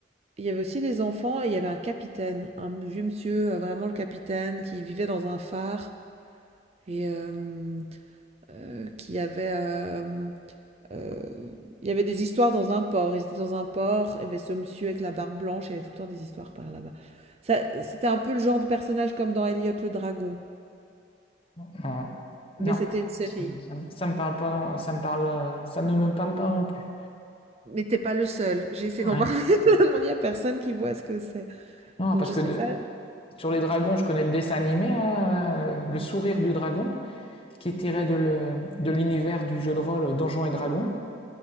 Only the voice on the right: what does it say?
Il y avait aussi des enfants et il y avait un capitaine, un vieux monsieur, euh, vraiment le capitaine, qui vivait dans un phare et euh, euh, qui avait. euh, Euh, il y avait des histoires dans un port. Ils étaient dans un port, il y avait ce monsieur avec la barbe blanche, il y avait tout le temps des histoires par là-bas. Ça, c'était un peu le genre de personnage comme dans Elliot le dragon,
mais c'était une série.
Mais t'es pas le seul. J'ai essayé
d'en parler. <laughs> Il y a personne qui voit ce que c'est.
Donc
je
sais
pas.